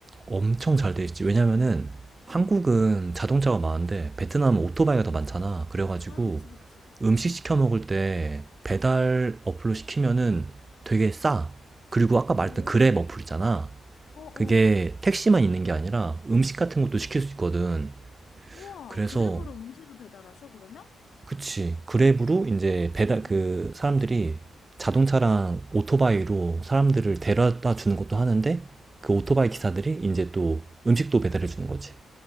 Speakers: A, on the right (about 25°); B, on the left (about 65°).
A: 엄청 잘 돼 있지. 왜냐면은 한국은
B: 어.
A: 자동차가 많은데 베트남은 오토바이가 더 많잖아. 그래가지고
B: 아, 그치, 그치.
A: 음식
B: 어.
A: 시켜 먹을 때 배달 어플로 시키면은 되게 싸. 그리고 아까 말했던
B: 오.
A: 그랩 어플 있잖아.
B: 어, 어.
A: 그게 택시만 있는 게 아니라 음식 같은 것도 시킬 수 있거든.
B: 우와,
A: 그래서
B: 그랩으로 음식을 배달하셔, 그러면?
A: 그치. 그랩으로
B: 어.
A: 이제 배달 그 사람들이 자동차랑 오토바이로 사람들을 데려다 주는 것도 하는데 그 오토바이
B: 어.
A: 기사들이 이제 또 음식도 배달해 주는 거지.